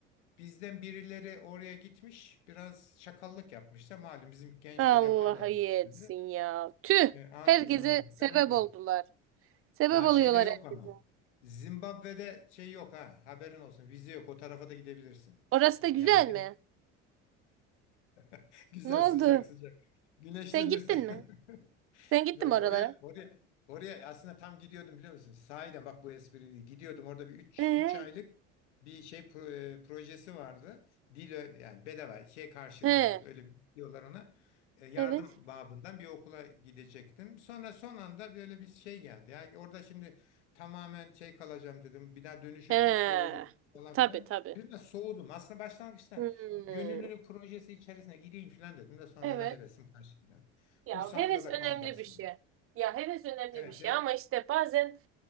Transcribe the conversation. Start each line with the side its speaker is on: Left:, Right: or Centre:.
Left: Bizden birileri oraya gitmiş, biraz şakallık yapmışlar. Malum bizim gençler
Right: Allah
Left: yaparlar.
Right: iyi
Left: bu
Right: etsin
Left: şeyleri.
Right: ya. Tüh.
Left: E, amin
Right: Herkese
Left: amin.
Right: sebep
Left: E, Öyle
Right: oldular.
Left: oldu.
Right: Sebep
Left: Ya
Right: oluyorlar
Left: şeyde yok
Right: herkese.
Left: ama. Zimbabwe'de şey yok ha. Haberin olsun. Vize yok. O tarafa da gidebilirsin.
Right: Orası da güzel
Left: Yani
Right: mi?
Left: yeri- <laughs> güzel
Right: Ne oldu?
Left: sıcak sıcak. Güneşlenirsin.
Right: Sen gittin
Left: <laughs>
Right: mi? Sen gittin
Left: Yok
Right: mi oralara?
Left: oraya oraya oraya aslında tam gidiyordum biliyor musun? Sahiden bak bu espri değil. Gidiyordum orada bir üç
Right: Ee?
Left: 3 aylık bir şey pro- e, projesi vardı. Dil ö- yani bedava şey karşılığında
Right: He.
Left: öyle diyorlar ona. E, yardım
Right: Evet.
Left: babından bir okula gidecektim. Sonra son anda böyle bir şey geldi. Yani orada şimdi tamamen şey kalacağım dedim. Bir daha dönüşü
Right: He.
Left: çok zor olur falan
Right: Tabii
Left: filan.
Right: tabii.
Left: Biraz soğudum. Aslında başlangıçta
Right: Hmm.
Left: bir gönüllülük projesi içerisine gideyim filan dedim de sonra
Right: Evet.
Left: da hevesim kaçtı yani.
Right: Ya
Left: Kursağımda
Right: heves
Left: da
Right: önemli
Left: kaldı aslında.
Right: bir şey. Ya heves önemli
Left: Evet,
Right: bir şey
Left: evet.
Right: ama işte bazen